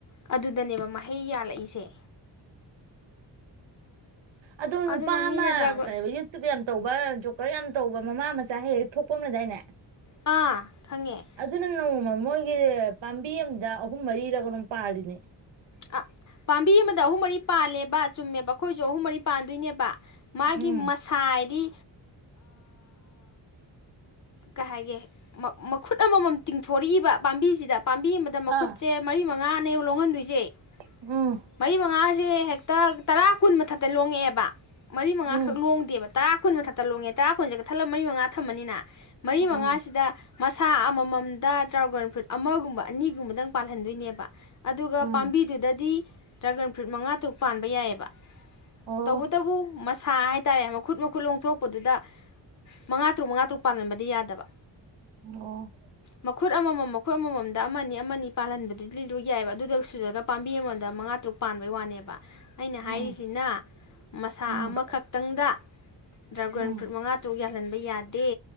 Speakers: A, on the left; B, on the right.
A: ꯑꯗꯨꯗꯅꯦꯕ ꯍꯩ ꯌꯥꯜꯂꯛꯏꯁꯦ
B: ꯑꯗꯣ
A: ꯑꯗꯨꯅ
B: ꯅꯨꯄꯥ
A: ꯃꯤꯅ
B: ꯑꯃ
A: ꯗ꯭ꯔꯥꯒꯣꯟ
B: ꯀꯩꯅ ꯌꯨꯇꯨꯕ ꯌꯥꯝ ꯇꯧꯕ ꯖꯣꯀꯔ ꯌꯥꯝ ꯇꯧꯕ ꯃꯃꯥ ꯃꯆꯥ ꯍꯦꯛ ꯍꯦꯛ ꯊꯣꯛꯄꯝꯅꯗꯥꯏꯅꯦ
A: ꯑꯥ ꯈꯪꯉꯦ
B: ꯑꯗꯨ ꯅ ꯅ ꯃꯣꯏꯒꯤ ꯄꯥꯝꯕꯤ ꯑꯝꯗ ꯑꯍꯨꯝ ꯃꯔꯤꯔꯒ ꯑꯗꯨꯝ ꯄꯥꯔꯤꯅꯦ
A: ꯑ ꯄꯥꯝꯕꯤ ꯑꯃꯗ ꯑꯍꯨꯝ ꯃꯔꯤ ꯄꯥꯜꯂꯦ ꯕꯥ ꯆꯨꯝꯃꯦꯕ ꯑꯩꯈꯣꯏꯁꯨ ꯑꯍꯨꯝ ꯃꯔꯤ ꯄꯥꯟꯗꯣꯏꯅꯦꯕ ꯃꯥꯒꯤ
B: ꯎꯝ
A: ꯃꯁꯥꯏꯗꯤ ꯀꯩ ꯍꯥꯏꯒꯦ ꯃꯈꯨꯠ ꯑꯃꯃꯝ ꯇꯤꯡꯊꯣꯔꯛꯏꯕ ꯄꯥꯝꯕꯤꯁꯤꯗ ꯄꯥꯝꯕꯤ ꯑꯃꯗ ꯃꯈꯨꯠꯁꯦ
B: ꯑꯥ
A: ꯃꯔꯤ ꯃꯉꯥꯅꯦ ꯂꯣꯡꯍꯟꯗꯣꯏꯁꯦ ꯌꯦꯦ
B: ꯎꯝ
A: ꯃꯔꯤ ꯃꯉ ꯇꯦ ꯇꯔꯥ ꯀꯨꯟ ꯃꯊꯛ ꯇ ꯂꯣꯡꯉꯛꯑꯦꯕ ꯃꯔꯤ ꯃꯉꯥꯈꯛ
B: ꯎꯝ
A: ꯂꯣꯡꯗꯦꯕ ꯇꯔꯥ ꯀꯨꯟ ꯃꯊꯛꯇ ꯂꯣꯡꯉꯦ ꯇꯔꯥ ꯀꯨꯟꯁꯦꯒ ꯊꯜꯂꯒ ꯃꯔꯤ ꯃꯉꯥ ꯊꯃꯅꯤꯅ ꯃꯔꯤ ꯃꯉꯥꯁꯤꯗ
B: ꯎꯝ
A: ꯃꯁꯥ ꯑꯃꯃꯝꯗ ꯇ꯭ꯔꯥꯎꯒꯟ ꯐ꯭ꯔꯨꯏꯠ ꯑꯃꯒꯨꯝꯕ ꯑꯅꯤꯒꯨꯝꯕꯗꯪ ꯄꯥꯜꯍꯟꯗꯣꯏꯅꯦꯕ ꯑꯗꯨꯒ
B: ꯎꯝ
A: ꯄꯥꯝꯕꯤꯗꯨ ꯗꯤ ꯗ꯭ꯔꯥꯒꯟ ꯐ꯭ꯔꯨꯏꯠ ꯃꯉꯥ ꯇꯔꯨꯛ ꯄꯥꯟꯕ ꯌꯥꯏꯑꯕ
B: ꯑꯣ
A: ꯇꯧꯕꯨ ꯇꯕꯨ ꯃꯁ ꯁꯥ ꯍꯥꯏꯇꯥꯔꯦ ꯃꯈꯨꯠ ꯃꯈꯨꯠ ꯂꯣꯡꯊꯣꯛꯄꯗꯨꯗ ꯃꯉꯥ ꯇꯔꯨꯛ ꯃꯉꯥ ꯇꯔꯨꯛ ꯄꯥꯜꯂꯝꯕꯗꯤ ꯌꯥꯗꯕ
B: ꯑꯣ
A: ꯃꯈꯨꯠ ꯑꯃꯃꯝ ꯃꯈꯨꯠ ꯑꯃꯃꯝꯗ ꯑꯃꯅꯤ ꯑꯃꯅꯤ ꯄꯥꯜꯍꯟꯕꯗꯨ ꯂꯤꯂꯨ ꯌꯥꯏꯕ ꯑꯗꯨꯗꯁꯨꯖꯗ ꯄꯥꯝꯕꯤ ꯑꯃꯗ ꯃꯉꯥ ꯇꯔꯨꯛ ꯄꯥꯟꯕꯩ ꯋꯥꯅꯦꯕ ꯑꯩꯅ
B: ꯎꯝ
A: ꯍꯥꯏꯔꯤꯁꯤꯅ ꯃꯁꯥ
B: ꯎꯝ
A: ꯑꯃꯈꯛꯇꯪꯗ ꯗ꯭ꯔꯥꯒꯟ
B: ꯎꯝ
A: ꯐ꯭ꯔꯨꯏꯠ ꯃꯉꯥ ꯇꯔꯨꯛ ꯌꯥꯜꯍꯟꯕ ꯌꯥꯗꯦ